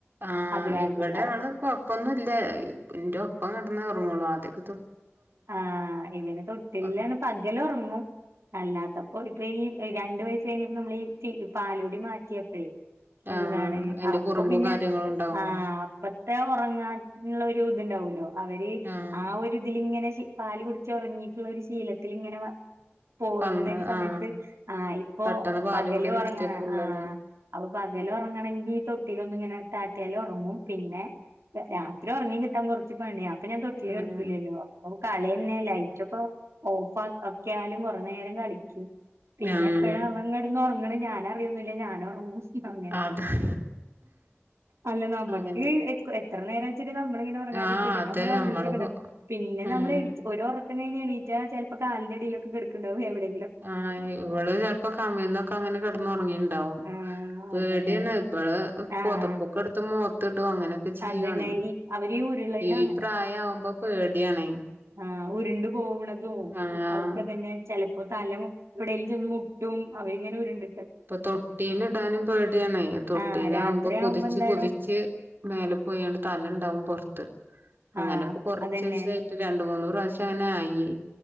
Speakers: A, on the right; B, on the right.
A: ആഇവിടെയാണ്
B: അത് കാരണം അഹ്
A: ആൾ കൊഴപ്പൊന്നുല്ല ഇന്റെ ഒപ്പം കിടന്നേ ഉറങ്ങോള്ളൂ ആദ്യൊക്ക
B: ആ ഇവന് തൊട്ടിലാണ്
A: ആഹ്
B: പകല് ഉറങ്ങും അല്ലാത്തപ്പോ ഇപ്പ ഈ രണ്ട് വയസ്സ് കഴിഞ്ഞപ്പോ നമ്മൾ ഈ പാലൂടി മാറ്റിയാപ്പഴേ
A: ആഹ്
B: എന്താണ്
A: അയിന്റെ
B: അപ്പൊ
A: കുറുമ്പും
B: പിന്നെ
A: കാര്യങ്ങളും ഉണ്ടാവും
B: ആഅപ്പത്തെ ഉറങ്ങാനുള്ള ഒരു ഇതുണ്ടാവൂലോ അവര്
A: ആഹ്
B: ആ ഒ ഒരു ഇതിലിങ്ങനെ പാല് കുടിച്ച് ഉറങ്ങിയിട്ടുള്ള ഒരു ശീലത്തി ഇങ്ങനെ വ പോകുന്നൊരു
A: വന്ന്
B: സമയത്ത്
A: ആഹ്
B: ആഇപ്പോ
A: പെട്ടെന്ന് പാല്
B: പകല്
A: കുടി
B: ഉറങ്ങണ
A: നിർത്തിയപ്പള്ളത്
B: ആ അപ്പൊ പകല ഉറങ്ങണെങ്കി തൊട്ടിലൊന്നുഇങ്ങനെട്ടാ <unintelligible> മുട്ട്യാലേ ഉറങ്ങു പിന്നെ രാത്രി ഉറങ്ങി കിട്ടാൻ കുറച്ചു പണിയ അപ്പൊ ഞാൻ തൊട്ടിലി
A: ആഹ്
B: കെടതൂല്ലല്ലോ അപ്പ കളി തന്നെ ലൈറ്റ് ഒക്കെ ഓഫ്‌ ആക്യാലും കുറെ നേരം കളിക്കും <inaudible> പിന്നെ
A: ആഹ്
B: എപ്പോഴാ അവങ്ങടന്ന് ഉറങ്ങണ ഞാന അറിയൊന്നില്ല ഞാനങ്‌ ഉറങ്ങും <inaudible> അങ്ങനക്കെ
A: അതാ
B: അല്ല നമ്മക്ക്
A: അങ്ങനെ
B: എത്ര നേര <unintelligible> നമ്മള <unintelligible> ങ്ങനെ ഉറങ്ങാതിരിക്ക
A: ആഹ്
B: പിന്നെ
A: അതെ
B: നമ്മലോറങിട്ടൊക്കെ
A: നമ്മള്
B: ഉണ്ടാർന്ന് പിന്നെ
A: ഉം
B: നമ്മൾഓോ കഴി എണീറ്റാ ചെലപ്പോ കാ ലിന്റെടിയിലക്കെടുക്കണ്ടാവും എവിടെ
A: ആ ഇവള് ചെലപ്പോ കമീന്നൊക്കെ അങ്ങനെ കിടന്ന ഉറങ്ങിണ്ടാവും
B: ആഹ്
A: പേടി
B: അതന്നെ
A: യാണ് <unintelligible> ഇവള്
B: ആഹ്
A: പൊതപ്പൊക്കെ എടുത്ത് മുഖത്ത്ടും അങ്ങനെയൊക്കെ ചെയ്യാണ്
B: അതന്നെ ഈ അവര് ഉരുളണ
A: ഈ <unintelligible> പ്രായ ഇങ്ങ <unintelligible> നെ ആവുമ്പോ പേടിയാണ്
B: ആഉരുണ്ടു പോവണതും
A: ആഹ്
B: ഒക്കെതന്നെ ചെ <unintelligible> ലപ്പോ തല എവിടേലുംചെന്ന് മുട്ടും അവനി ങ്ങനെ ഉ രുണ്ടി
A: ഇപ്പൊ തൊട്ടിലിടാനും പേടിയാണ് തൊട്ടിലിടുമ്പോ
B: ആഹ് രാത്രിയാവുമ്പോ
A: കുതിച്ച്കുതിച്ച്
B: എന്താടോ
A: മേല പോയണ്ട് തല ഉണ്ടാവും പൊറത്ത് അങ്ങനെപ്പോ
B: ആഹ്
A: കൊറച്ചീസായിട്ട്
B: അതന്നെ
A: രണ്ട് മൂന്ന് പ്രാവശ്യം അങ്ങനെ ആയി